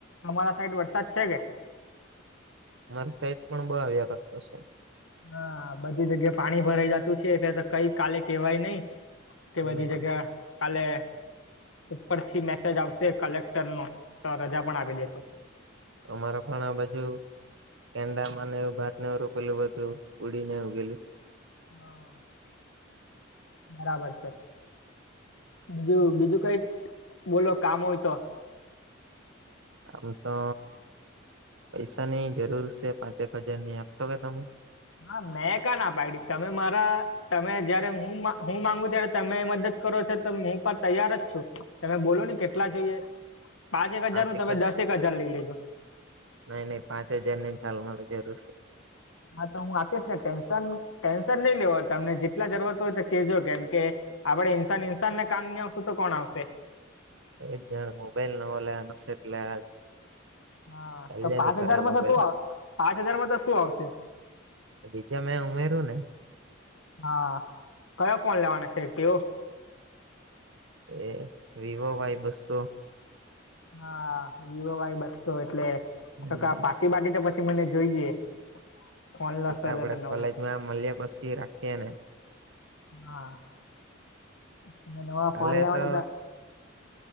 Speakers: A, on the left; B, on the right.
A: અમારા સાઈડ વરસાદ છે કે?
B: મારે સાઈડ પણ બહુ આવ્યા કરતો છે.
A: હા બધી જગ્યા પાણી ભરાઈ જતું છે એટલે તો કઈ કાલે કેહેવાય નઈ. તે
B: હમ
A: બધી જગ્યા, કાલે ઉપરથી મેસેજ આવશે કલેક્ટર નો તો રજા પણ આપ દેશે.
B: અમારા પણ આ બાજુ, કેંડા માંને એવું ભાત ને રોપેલુ બધુ પડી જાય ઉગેલું.
A: હા બરાબર છે. બીજું બીજું કઈ બોલો કામ હોય તો?
B: આમ તો પૈસાની જરૂર છે પાંચેક હજાર ની આપશો કે તમે?
A: હા મેકા ના પાગડી તમે મારા, તમે જયારે હું હું માંગુ ત્યારે તમે મદદ કરો છો તો હું પણ તૈયાર જ છું. તમે બોલો ને કેટલા જોઈએ પાંચ એક
B: પાંચેક
A: હજાર નું તમે દસક હજાર લઈ લેજો,
B: નહી નઈ પાંચ હજાર ને હાલ મને જરૂર છે.
A: હા તો હું આપીશ ને ટેન્શન ટેન્શન નહી લેવા તમને જેટલા જરૂરત હોય તો કેજો કેમ કે, આપડે ઇન્સાન ઇન્સાન ને કામ ની આવશું. તો કોણ આવશે.
B: એ જણ મોબાઈલ ન લ્યા નશે એટલે.
A: હા,
B: ચાલ્યા
A: તો પાંચ
B: ની કરે
A: હાજાર
B: આ
A: માં
B: મોબાઈલ
A: તો તું
B: હારુ.
A: આવ, પાંચ હાજારમાં તો શું આવશે.
B: બીજા મેં ઉમેરુંને.
A: હા, કયો ફોન લેવાના છે. તેઓ?
B: એ, વિવો વાય બસ્સો.
A: હા, વિવો વાય બસો એટલે
B: હમ
A: ટકા પાર્ટી બાટી તો પછી મને જોઈએ. ફોન લેશો
B: એટલે તો આપડે
A: નવો
B: કોલેજમાં મને પછી રાખીએ ને.
A: હા, તમે
B: કાલે
A: ફોન લેવાના.
B: તો